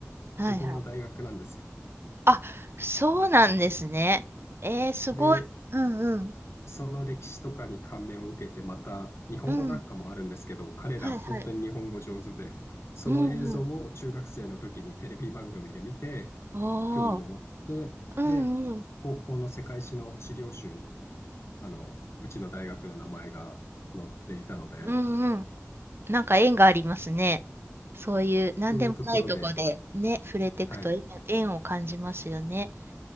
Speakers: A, on the right (about 50°); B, on the left (about 60°).
A: はいはい。
B: 自分の大学なんですよ。
A: あ、そうなんですね。えー、すごい。
B: で、
A: うんうん。
B: その歴史とかに感銘を受けて、また日本語学科もあるんですけど、
A: うん。
B: 彼ら本当に日本語上手で、
A: はいはい。
B: その映像を中学生の時にテレビ番組で見て、
A: うんうん。おー。
B: 興味を持って、
A: うんうん。
B: で、高校の世界史の資料集に、あの、うちの大学の名前が載っていたので、
A: うんうん。なんか縁がありますね。そういう何でもないとこでね、
B: というところで、
A: 触れていくと縁縁を感じますよね。
B: はい。